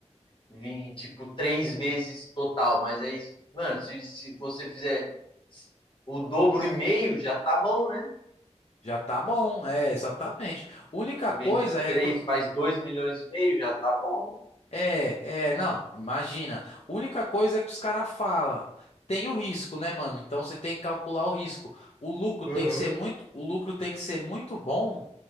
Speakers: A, on the left; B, on the left.
A: vir tipo três vezes total, mas aí, mano, se, se você fizer o dobro e meio, já tá bom, né?
B: Já tá bom, é, exatamente. Única
A: Em
B: coisa
A: vez de
B: é
A: três,
B: que.
A: faz dois milhões e meio, já tá bom.
B: É, é, não, imagina. Única coisa é que os caras falam. Tem o risco, né, mano? Então você tem que calcular o risco. O lucro
A: Aham.
B: tem que ser muito, o lucro tem que ser muito bom